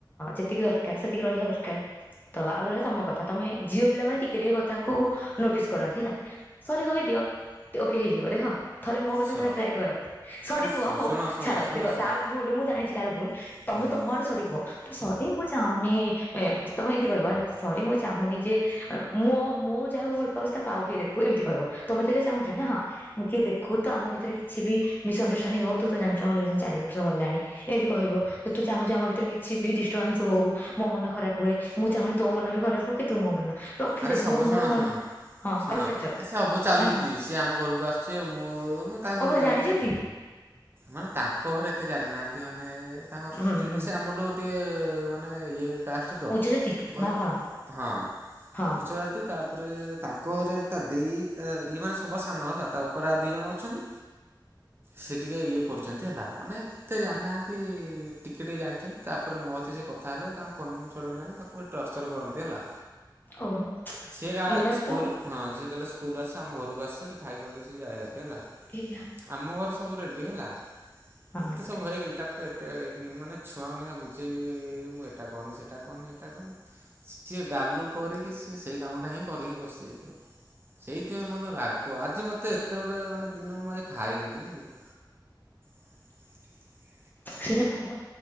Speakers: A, on the left (about 25°); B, on the right (about 30°).
A: ଯେତିକି ଦରକାର୍ ସେତିକି ରହିବା ଦରକାର ତ ଆଉ ରହିଲା ତମ କଥା ତମେ ଝିଅ ପିଲାମାନେ ଟିକେ ଟିକେ କଥାକୁ ନୋଟିସ୍ କରନ୍ତି ହେଲା। ସରି କହିଦିଅ ଓକେ ହେଇଯିବ ଦେଖ ଥରେ ମୋ କଥା
B: ସ
A: ଥରେ ଟ୍ରାଏ କର ସରି
B: ଆରେ
A: କୁହ
B: ଶୁ
A: ହଉ
B: ଶୁଣ ଶୁଣ
A: ଛାଡ଼
B: ଶୁଣ
A: ଦେଖ
B: ଶୁଣ
A: ତାର ଭୁଲ୍ ମୁଁ ଜାଣିଚି ତାର ଭୁଲ୍
B: ହୁଁ
A: ତମେ ତମ ଆଡ଼ୁ ସରିକୁହ। ସରି ମୁଁ ଚାହୁଁନି ଏ ତମେ ଏମିତି କହିବ ହେଲା ସରି ମୁଁ ଚାହୁଁନିଯେ ମୋ ମୁଁ ଯାହାକୁ ଭଲ ପାଉଚି ତାକୁ ଆଉକିଏ ଦେଖୁ ଏମିତି କହିବ ତମେ ସେରା ଚାହୁଁଚନା ହଁ। ମୁଁ କିଏ ଦେଖୁତ ଆମ ଭିତରେ କିଛିବି ମିସ୍ ଅଣ୍ଡରଷ୍ଟାଣ୍ଡିଙ୍ଗ ହଉ ତୁତ ଜାଣିଚୁ ଆମରିଲେସନ ଚାରି ବର୍ଷ ଗଲାଣି ଏମିତି କହିବ ତୁ ଚାହୁଁଛୁ ଆମ ଭିତରେ କିଛିବି ଡିଷ୍ଟର୍ବାନ୍ସ ହଉ ମୋମନ ଖରାପ୍ ହୁଏ ମୁଁ ଚାହୁଁନି ତୋମନବି ଖରାପ୍ ହଉକି ତୁମୋ ମନ ରଖିଦେ
B: ଆରେ ସବୁ
A: ମୁଁ
B: ଶୁଣ
A: ମୋ ମନ
B: ଶୁଣ
A: ହଁ
B: ଶୁଣ
A: କହିସାରିଛ
B: ଏସବୁ ଚାଲୁଚି
A: ନା କଣ
B: ସିଏ ଆମ ଘରକୁ ଆସୁଚି ଆଉ ମୁଁ ମୁଁ ତାଙ୍କ
A: ଓହୋ
B: ଘରକୁ ଯାଉନି
A: ଜାଣିଛନ୍ତି
B: ମାନେ ତାଙ୍କ ଘରେ ଏତେ ଜାଣିନାହାନ୍ତି ମାନେ ତାଙ୍କ ଘରଷ୍ଟିଟ
A: ହୁଁ ହୁଁ
B: ସିଏ ଆମଠୁ ତେ ମାନେ ଇଏ କାଷ୍ଟତ
A: ଉଚ୍ଚ ଜାତି
B: କଁ କଇଁଲ
A: ନା କଣ
B: ହଁ
A: ହଁ।
B: ଛୋଟ ଜାତି ତାପରେ ତାଙ୍କ ଘରେ ତାଦେଇ ତାଇଏ ମାନେ ସବାସାନ ହେଲା ତାଉପରେ ଆଉ ଦିଜଣ ଅଛନ୍ତି। ସେ ଟିକେ ଇଏ କରୁଚନ୍ତି ହେଲା ମାନେ ଏତେ ଜାଣିନାହାନ୍ତି ଟିକେ ଟିକେ ଜାଣିଚନ୍ତି ତାପରେ ମୋହିତ ସେକ ତାହେଲେ ତାଙ୍କ ଫୋନ୍ ଫୋନ୍ ଛଡ଼େଇନେଇଗଲେ ତାକୁ ଟର୍ଚର କରନ୍ତି ହେଲା
A: ଓହୋ।
B: ସେଏ ଗା
A: ଏଇଆ
B: ସ୍କୁଲ୍
A: ତ
B: ହଁ ସେ ଯେତେବେଳେ ସ୍କୁଲ୍ ଆସେ ଆମ ଘରକୁ ଆସେ ସେଠି ଖାଇଖୁଆକି ସିଏ ଯାଏ ହାରିକି ହେଲା।
A: ଏୟା
B: ଆମ ଘରେ ସବୁ ରେଡି ହେଲା
A: ହଁ
B: ଏତେ ସବୁ ହେଇକିବି ତା ତଏତେ ମାନେ ଛୁଆ ମାନିଙ୍କା ବୁଝେଇବି ମୁଁ ଏଟା କରନି ସେଟା କରନି ହେଟା କରନି ସି ସିଏ ଗାଲୁ କରିକି ସିଏସେଇ କାମଟାହିଁ କରିକି ବସିଯାଇଥିବ ସେଇ ଏତେ ମୋତେ ରାଗ ଆଜି ମୋତେ ଏତେ ଗୋଟେ ମାନେ ଦିନ ମୁଁ ଆଜି ଖାଇନି ଜାଣିଚୁ <inaudible>
A: ସେଟା କୁହ